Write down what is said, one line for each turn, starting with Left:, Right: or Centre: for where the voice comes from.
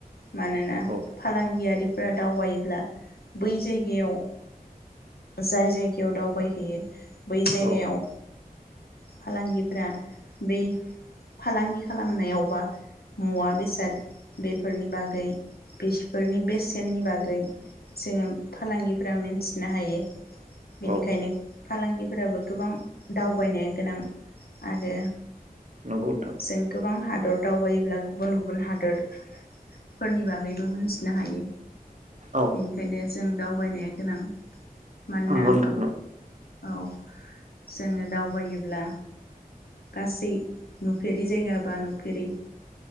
Left: मानोना
Right: औ
Left: फालांगियारि। दावबायोब्ला बै जायगायाव जाय जायगायाव दावबायहैयो। बै जायगायाव।
Right: औ
Left: फालांगि फोरा बै फालांगि खालामनायाव बा मुवा बेसाद बेफोरनि बागै बेसफोरनि बेसेननि बागै जोङो फालांगिफ्रा मिन्थिनो हायो। बेनिखायनो
Right: औ
Left: फालांगिफोराबो गोबां दावबायनाया गोनां। आरो
Right: नंगौ नोंथां
Left: जों गोबां हादर दावबायोब्ला गुबुन गुबुन हादोर फोरनि बागैबो मोनथिनो हायो।
Right: औ
Left: बेनिखायनो जों दावबायनाया गोनां मानोना
Right: नंगौ नोंथां
Left: औ जोङो दावबायोब्ला गासै नुफेरै जायगा बा नुफेरै